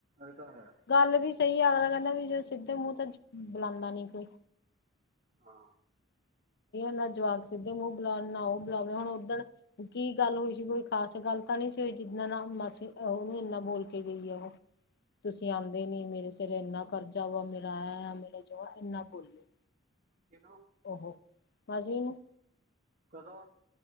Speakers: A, on the right; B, on the left.
A: ਇਹ ਤਾਂ ਹੈ
B: ਗੱਲ ਵੀ ਸਹੀ ਅਗਲਾ ਕਹਿੰਦਾ। ਜ ਸਿੱਧੇ ਮੂੰਹ ਤਾਂ ਬੁਲਾਉਂਦਾ ਨੀ ਕੋਈ।
A: ਹਾਂ।
B: ਨਾ ਜਵਾਕ ਸਿਧੇ ਮੂੰਹ ਬਲਾਨ ਨਾ ਉਹ। ਬੁਲਾਵੇ ਹੁਣ ਉੱਧਰ ਕੀ ਗੱਲ ਹੋਈ ਸੀ ਕੋਈ ਖਾਸ ਗੱਲ ਤਾਂ ਨਹੀਂ ਸੀ। ਜਿਨਾ ਨ ਮਾਸੀ ਉਹ ਨ ਇਨਾ ਬੋਲ ਕੇ ਗਈ ਆ ਉਹ। ਤੁਸੀਂ ਆਉਂਦੇ ਨੀ ਮੇਰੇ ਸਿਰ ਇਨਾ ਕਰਜ਼ਾ ਵਾ ਮੇਰਾ ਆ ਵਾ ਮੇਰੇ ਜੋ ਇਨਾ ਬੋਲੇ।
A: ਕਿਨੂੰ
B: ਉਹ ਅਜੇ ਨੂੰ।
A: ਕਦੋਂ।